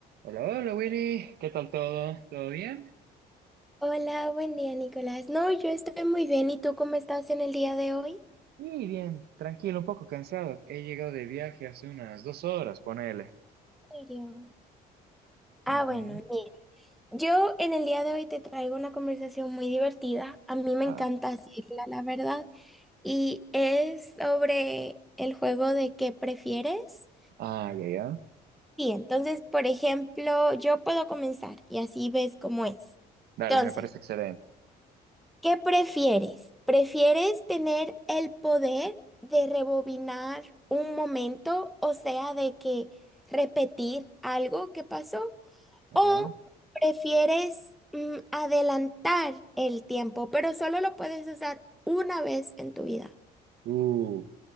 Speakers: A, on the right; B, in the centre.
A: Hola, hola Winnie, ¿qué tal todo? ¿Todo bien?
B: Hola, buen día, Nicolás. No, yo estoy muy bien. ¿Y tú cómo estás en el día de hoy?
A: Y bien, tranquilo, un poco cansado. He llegado de viaje hace unas dos horas, ponele.
B: ¿En serio? Ah,
A: Ujú.
B: bueno, mira, yo en el día de hoy te traigo una conversación muy divertida. A mí me
A: Ah,
B: encanta hacerla, la verdad. Y es sobre el juego de qué prefieres.
A: Ah, ya, ya.
B: Sí, entonces, por ejemplo, yo puedo comenzar y así ves cómo es.
A: Dale,
B: Entonces,
A: me parece excelente.
B: ¿Qué prefieres? ¿Prefieres tener el poder de rebobinar un momento, o sea, de que repetir algo que pasó?
A: Ajá.
B: ¿O prefieres mm, adelantar el tiempo, pero solo lo puedes usar una vez en tu vida?
A: Uh,